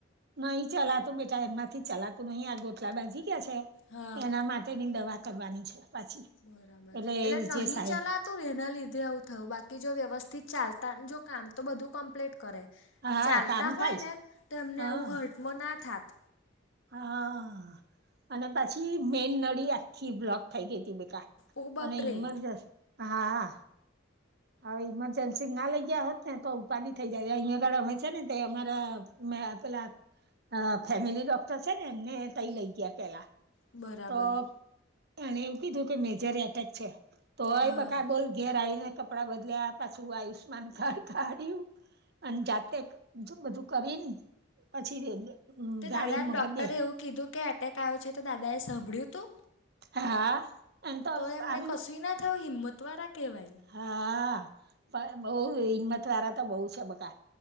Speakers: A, on the right; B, on the left.
A: નહીં ચલાતું બેટા, એમનાથી ચલાતું નહીં, આ ગોટલા બાજી ગયા છે
B: હા
A: એના માટેની દવા કરવાની છે. પાછી
B: બરાબર. એટલે
A: એ જે
B: નહીં
A: સાહેબ
B: ચલાત તું એના લીધે આવું થયું. બાકી જો વ્યવસ્થિત ચાલતાન, જો કામ તો બધું કમ્પ્લીટ કરે.
A: હા
B: ચાલતા
A: કામ થાય
B: હોય ને તો એમને
A: હા
B: એવું હટમ ના થાત.
A: હા. અને પાછી મેન નળી આખી બ્લોક થઈ ગઈ તી બેકા.
B: ઓ બાપરે
A: અને ઈમરજસ, હા. હવે ઈમરજન્સ સી ના લઈ ગયા હોત ને તો ઉપાધી થઈ જાય. અહીયાં આગળ અમે છે ને તે અમારા મે પેલા અહ ફેમિલી ડોક્ટર છે ને એમને તઈ લઈ ગયા પહેલા.
B: બરાબર
A: તો એને એવું કીધું કે મેજર એટેક છે. તોઈ
B: હા
A: બકા બોલ ઘેર આઈને કપડાં બદલ્યા, પાછું આયુષ્માન કાર્ડ કાઢ્યું. અન જાતેક જો બધું કરીન પછી <unintelligible>
B: તે
A: ગાડી
B: દાદાને
A: મગ
B: ડોક્ટરે
A: બે
B: એવું કીધું કે એટેક આવ્યો છે? તો દાદાએ સાંભળ્યું તું?
A: હા. એમ તો
B: તોય એમને
A: આમ
B: કશું ના થયું? હિંમત વાળા કેહેવાય.
A: હા. પણ બહું હિંમત વાળા તો બહુ છે બકા.